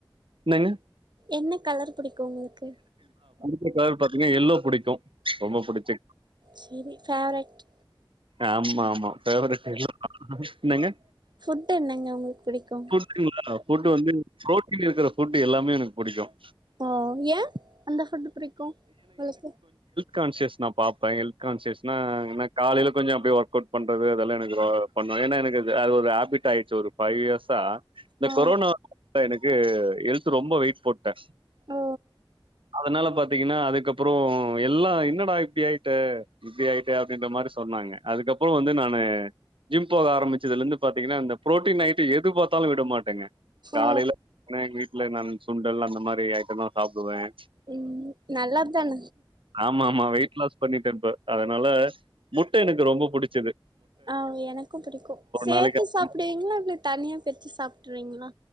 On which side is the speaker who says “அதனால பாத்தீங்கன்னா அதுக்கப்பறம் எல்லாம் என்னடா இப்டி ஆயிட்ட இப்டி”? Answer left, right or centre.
Right